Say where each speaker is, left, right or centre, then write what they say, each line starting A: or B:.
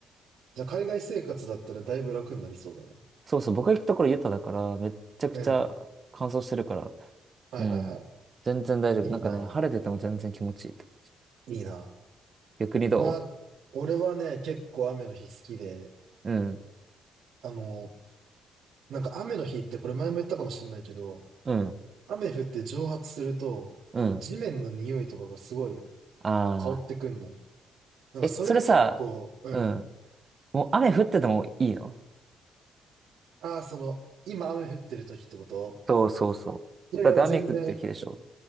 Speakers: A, on the right; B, on the right.
A: じゃあ海外生活だったらだいぶ楽になりそうだね。
B: そうそう、僕が行くところユタだから、めっちゃくちゃ乾燥してるから、
A: うん。はいはいはい。
B: うん、全然大丈夫。
A: いいな
B: なんかね、晴れてても全然気持ちいいって感じ。
A: ぁ。いいなぁ。
B: 逆にど
A: まあ、俺はね、結構雨の日好きで、
B: ううん、
A: あの、なんか雨の日ってこれ前も言ったかもしれないけど、
B: うん。
A: 雨降って蒸発すると、
B: うん
A: この地面の匂いとかがすごい
B: ああ。
A: 香ってくんのよ。なんかそれが結構、
B: え、それさ、
A: うん。
B: うん。もう雨降っててもいいの
A: ああ、その、今雨降ってる時ってこと
B: そうそうそう。
A: いやいや、
B: だって雨降ってる日でしょ。
A: 全然、